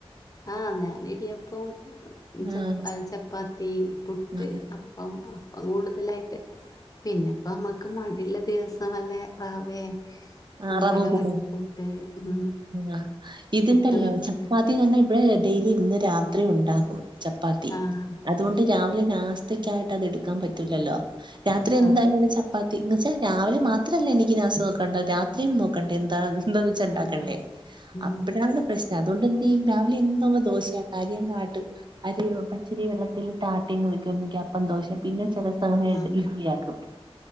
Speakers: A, on the left; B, on the right.
A: ആ ഞാന് ഇടിയപ്പും ചപ്
B: ആഹ്
A: അ ചപ്പാത്തി പുട്ട്
B: ആഹ്
A: അപ്പം അപ്പം കൂട് തലായ്ട്ട് പിന്നെപ്പൊ നമ്മക്ക് മടിള്ള ദിവസം വലെ റവേ
B: അ
A: അതുപോലെ
B: റവ ഉപ്പുമാ
A: വറപ്പുട്ട് ഉം
B: ആ ഇത്ണ്ടല്ലോ
A: പുട്ട് വറുക്ക്
B: ചപ്പാത്തി തന്നെ ഇവടെ ഡെയ്‌ലി ന്ന് രാത്രി ഉണ്ടാകും ചപ്പാത്തി
A: ആഹ്
B: അതോണ്ട് രാവിലെ നാസ്തക്കായ്ട്ട് അതെടുക്കാൻ പറ്റൂല്ലല്ലോ രാത്രി
A: ആഹ്
B: എന്തായാലും അവ്ടെ ചപ് പ്പാത്തി എന്നെച്ചാ രാവിലെ മാത്രല്ല എനിക്ക് നാസ വെക്കണ്ട രാത്രിയും നോക്കണ്ടേ ന്താ എന്തോ വെച്ച ഉണ്ടാക്കണ്ടേ
A: ആഹ് ഉം
B: അപ്പഴാണ് പ്രശ്നം അതോണ്ടെന്തെയ്യും രാവിലെന്നങ്ങ് ദോശയാ അരി അങ്ങാട്ടും അരി പച്ചരി വെള്ളത്തിലിട്ട് ആട്ട്യങ്ങ് വെക്കും പ്പം ദോശ പിന്നെ രസവാണേൽ
A: ആഹ്
B: ഇഡ്ലിയാക്കും